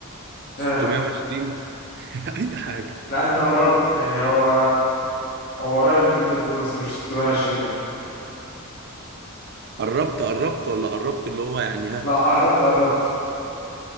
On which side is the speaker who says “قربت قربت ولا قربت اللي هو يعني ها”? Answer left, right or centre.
Right